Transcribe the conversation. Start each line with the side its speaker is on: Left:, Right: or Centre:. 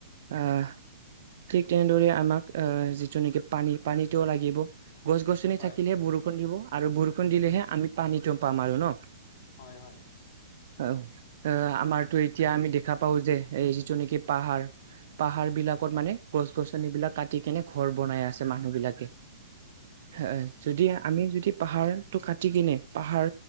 Right: আহ ঠিক তেনেদৰে আমাক অ যিটো নেকি পানী পানীটোও লাগিব গছ গছনি
Left: হয়
Right: থাকিলেহে বৰষুণ দিব আৰু বৰষুণ দিলেহে আমি পানীটো পাম আৰু ন
Left: হয় হয়
Right: অ এ আমাৰতো এতিয়া আমি দেখা পাওঁ যে এই যিটো নেকি পাহাৰ পাহাৰ বিলাকত
Left: অ
Right: মানে গছ গছনিবিলাক কাটি কেনে ঘৰ বনাই আছে মানুহ বিলাকে হয় যদি আমি যদি পাহাৰটো কাটি কেনে পাহাৰ